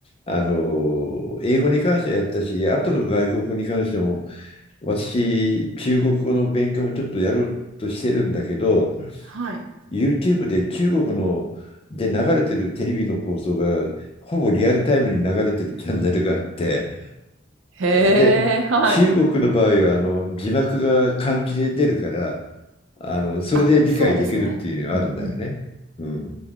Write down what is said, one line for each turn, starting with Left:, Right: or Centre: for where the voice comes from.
Left: あの、英語に関してはやったし、あとの外国語に関しても、私、中国語の勉強もちょっとやろうとしてるんだけど、
Right: はい。
Left: YouTube で中国ので流れてるテレビの放送がほぼリアルタイムに流れてるチャンネルがあって
Right: へえ、
Left: で中国の場合はあの字幕が漢字で出るから
Right: はい。
Left: あのそれで理解できるっていうのがあるんだよね。
Right: あ、そうですね。うんうん。
Left: うん、